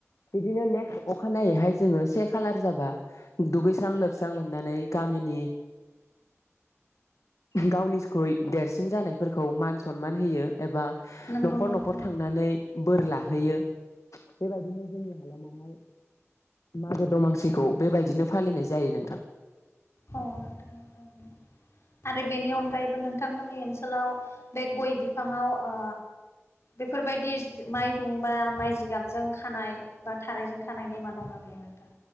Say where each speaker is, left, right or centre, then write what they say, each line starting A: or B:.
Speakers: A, on the left; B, on the left.
A: बिदिनो नेक्स्ट अखानायैहाय जोङो से खालार जाबा दुगैस्रां लोबस्रां लोबनानै गामिनि गावनिख्रुइ देरसिन जानायफोरखौ मान सनमान होयो एबा
B: नंगौ
A: न'खर
B: नोंथां
A: न'खर थांनानै बोर लाहैयो बेबायदिनो जोंनि हालामावहाय मागो दमासिखौ बेबायदिनो फालिनाय जायो नोंथां।
B: औ नोंथां ओं आरो बेनि अनगायैबो नोंथांमोननि ओनसोलाव बे गय बिफाङाव ओ बेफोरबायदि माइहुं बा माइ जिगाबजों खानाय बा थारायजों खानाय नेमा दंना गैया नोंथां